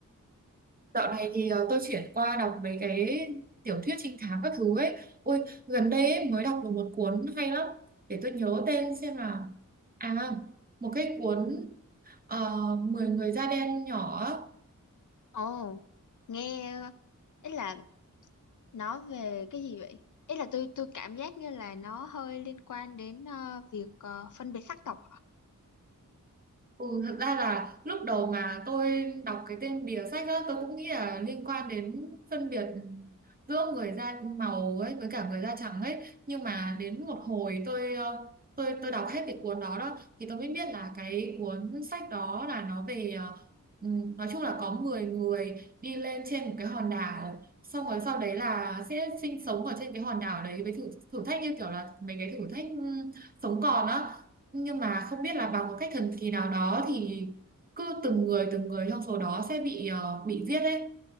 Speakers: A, on the right; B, on the left.
A: Dạo này thì ờ, tôi chuyển qua đọc mấy cái tiểu thuyết trinh thám các thứ ấy. Ôi gần đây ấy, mới đọc được một cuốn hay lắm. Để tôi nhớ tên xem nào. À một cái cuốn uh, 10 người da đen nhỏ
B: Ồ, nghe ý là nó về cái gì vậy? Ý là tôi tôi cảm giác như là nó hơi liên quan đến ờ, việc ờ, phân biệt sắc tộc.
A: Ừ, thật ra là lúc đầu mà tôi đọc cái tên bìa sách á, tôi cũng nghĩ là liên quan đến phân biệt giữa người da màu ấy với cả người da trắng ấy. Nhưng mà đến một hồi tôi ờ, tôi tôi đọc hết cái cuốn đó đó thì tôi mới biết là cái cuốn sách đó là nó về ờ, ừm, nói chung là có 10 người đi lên trên một cái hòn đảo xong rồi sau đấy là sẽ sinh sống ở trên cái hòn đảo đấy với thử thử thách như kiểu là mấy cái thử thách ừm, sống còn á nhưng mà không biết là bằng một cách thần kỳ nào đó thì cứ từng người từng người trong số đó sẽ bị ờ, bị giết đấy